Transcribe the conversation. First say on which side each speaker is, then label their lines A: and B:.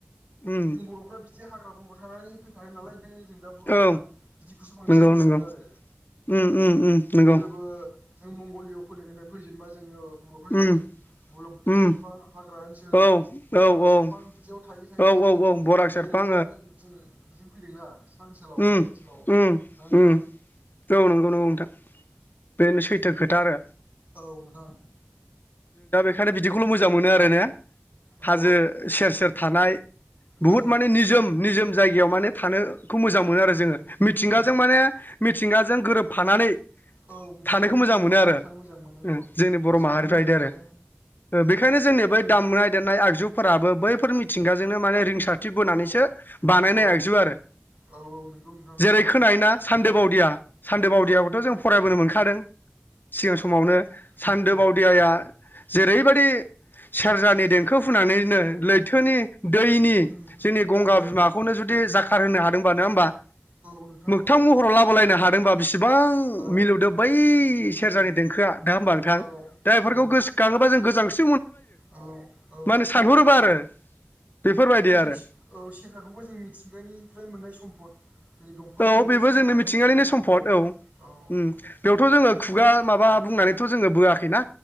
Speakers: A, on the left; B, on the right.
A: उम
B: जों बर'फ्रा बिदि हाग्रा बंग्रा थानानै फैखानाय ज नालाय ओंखायनो जों दा बर'फ्रा
A: औ
B: बिदिखौसो बांसिन
A: नंगौ
B: मोजां
A: नंगौ
B: मोनो आरो
A: उम उम उम नंगौ
B: गोदोबो जों मंगलिय' फोलेरनिफ्राय फैजेनबा जोंङो बर'फ्रा
A: उम
B: जेरै बुलोम बोथोर
A: उम
B: सेरफा <unintelligible> बराग
A: औ औ
B: सेरफां बिदियाव थायै थायैसो
A: औ औ औ बराग
B: नै
A: सेरफां
B: ओरै दा जों बिदिनो फैदोंना सा ओनसोलाव हाजो
A: ओम
B: ओनसोलाव
A: ओम
B: ना नोंथां
A: ओम औ नंगौ नंगौ नोंथां बेनो सैथो खोथा आरो
B: औ नोंथां
A: ओंखायनो बिदिखौल' मोजां मोनो आरो ने
B: औ
A: हाजो सेर सेर थानाय बुहुत
B: औ
A: माने निजोम निजोम जायगायाव माने थानोखौ मोजां मोनो आरो
B: उम
A: जोङो मिथिंगाजों
B: उम
A: माने मिथिंगाजों गोरोबफानानै
B: औ मिथिंगाजों
A: थानायखौ
B: गोरोबफानानै
A: मोजां मोनो आरो
B: थानो मोजां मोनो औ औ
A: जोंनि
B: मिथिंगाखौ
A: बर' माहारिफ्रा
B: मोजां
A: बिदि
B: मोनो
A: आरो बेखायनो जोंनि बै दामनाय देनाय आगजुफोराबो बैफोर मिथिंगाजोंनो माने रिं सार होनानैसो
B: औ
A: बानायनाय
B: औ
A: आरो
B: औ नंगौ नोंथां
A: जेरै खोनायोना सानदो बावदिया सान्दो बावदियाखौथ'
B: औ औ नोंथां
A: जों फरायबोनो मोनखादों सिगां
B: औ
A: समावनो सान्दो
B: औ
A: बावदियाया जेरैबायदि सेरजानि
B: सेरजाफुरि
A: देंखो
B: औ
A: फुनानैनो लैथोनि दैनि
B: उम
A: जोंनि गंगा
B: औ
A: बिमाखौनो जुदि जाखार होनो हादोंबा नङा होमबा
B: औ नोंथां
A: मोगथां
B: औ
A: महराव लाबोलायनो हादोंबा बिसोर बिसिबां
B: औ
A: मिलौदो बै
B: उम
A: सेरजानि देंखोआ दा होमबा नोंथां
B: औ
A: दा बेफोरखौ
B: उम
A: गोसोखाङोबा जों गोजांस्रिउ
B: औ औ
A: माने सानहरोबा आरो बेफोरबायदि
B: जेरै जों
A: आरो
B: औ सेरजाखौबो जों मिथिंगानिफ्राय मोननाय सम्पद जेरै दंफांफोरनिफ्रायसो
A: औ बेबो जोंनि
B: बानायखायोना
A: मिथिंगानिनि
B: नोंथां
A: सम्फद औ बेयावथ'
B: ओंखायनो
A: जोङो खुगा माबा
B: उम
A: बुंनानैथ' जोङो बोआखैना